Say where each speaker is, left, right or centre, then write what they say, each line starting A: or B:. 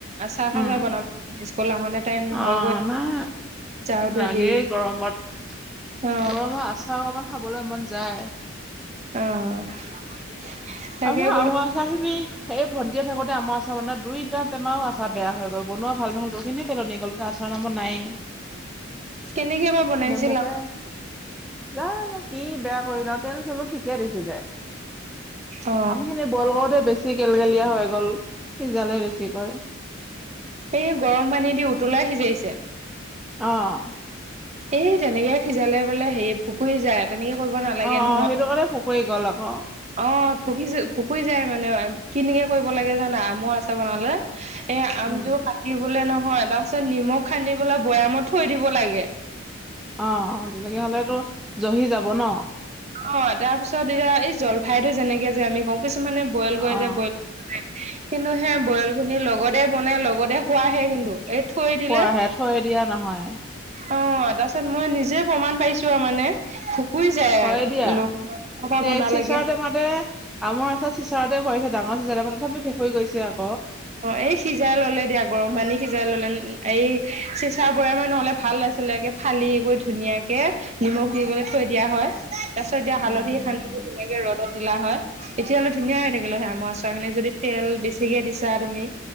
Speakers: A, on the right; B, in the centre.
A: চাহ চাহ
B: উম
A: চাহ বনাব স্কুল আহোতে টাইম নহয়
B: অ
A: গৈ
B: নাই
A: যাওঁতে
B: লাগেই
A: দেৰি
B: গৰমত,
A: অ
B: গৰম আচাৰ অকমান খাবলৈ মন যায়।
A: অ' তাকে
B: আমাৰ
A: বোলো
B: আচাৰ খিনি এই ভণ্টিহ'ত থাকোতে আমৰ আচাৰ বনাই দুইটা টেমাৰও আচাৰ বেয়া হৈ গ'ল বনোৱা ভাল নহল গোতেইখিনি পেলনি গ'ল আচাৰ। জমা মোৰ নাইয়ে
A: কেনেকে বা বনাইছিলা
B: নেমুকে জানো কি বেয়া কৰিলে, তেল চলো ঠিকে দিছিলে।
A: অ
B: আম খিনি বইল কৰোতে বেছি গেলগেলীয়া হৈ গ'ল। সিজালে বেছিকৈ
A: এই গৰম পানী দি উতলাই সিজাইছে।
B: আহ
A: এই তেনেকে সিজালে বোলে হেৰি ভুকুৰি যায়, তেনেকে কৰিব নালাগে
B: অ
A: নহয়।
B: অ সেইটো কাৰণে পকৰি গ'ল আকৌ
A: অ' ভুকি ভুকুৰি যায় মানে, কেনকে কৰিব লাগে জানা আমৰ আচাৰ বনালে এ আমটো
B: উম
A: কাটিবলে ন হয় তাৰপিছত নিমখ সানি পেলাই বৈয়ামত থৈ দিব লাগে।
B: অ' অ' তেনেকে হলেতো জহি যাব ন।
A: অ তাৰ পিছত এতিয়া এই জলফাইতটো যেনেকে যে আমি কওঁ কিছুমানে বইল কৰে
B: অ
A: যে বইল কিন্তু সে বইল খিনি লগতে বন লগতে খোৱাহে কিন্তু। এই থৈ দিলে
B: খোৱাহে থৈয় দিয়া নহয়।
A: অ তাৰপিছত মই নিজে প্ৰমাণ পাইছো আৰু মানে ভুকুৰি যায়
B: হয় দিয়া,
A: লগ পৰা
B: তে
A: বনালেগে
B: চিচাৰটেমাতে আমৰ আচাৰ চিচাৰতে ভৰাইছে। ডাঙৰ হৈছে যে টেমাতো তথাপি ভেকুৰি গৈছে আৰু।
A: অ' এই সিজাই ললে দিয়া গৰম পানী সিজাই ললে এই চিচাৰ বৈয়ামে নহলে ভাল আছিলেগে ফালি গৈ ধুনীয়াকে নিমখ দি পেলাই থৈ দিয়া হয় তাৰ পিছত দিয়া হালধি
B: উম
A: সানি দিলা হয় এতিয়া হ'লে ধুনীয়া হৈ থাকিলে হয় আমৰ আচাৰ খিনি, যদি তেল বেছিকে দিছে ৱা তুমি,